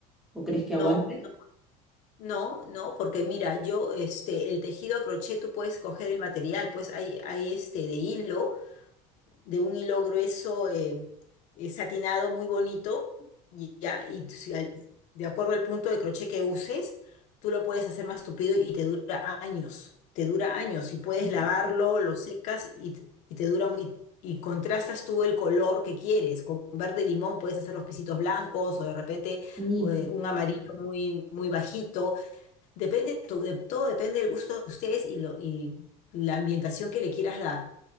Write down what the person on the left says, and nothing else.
No,
no, no, no, porque mira, yo, este, el tejido a crochet, tú puedes coger el material, pues hay, hay este de hilo, de un hilo grueso eh, eh, satinado muy bonito y ya y tú si al- de acuerdo al punto de crochet que uses, tú lo puedes hacer más tupido y te dura años, te dura años y puedes
lavarlo, lo secas y, te y te dura muy y contrastas tú el color que quieres. Con verde limón puedes hacer los pisitos blancos o de repente
eh, un amarillo muy muy bajito. Depende tu- de- todo depende del gusto de ustedes y lo y la ambientación que le quieras dar.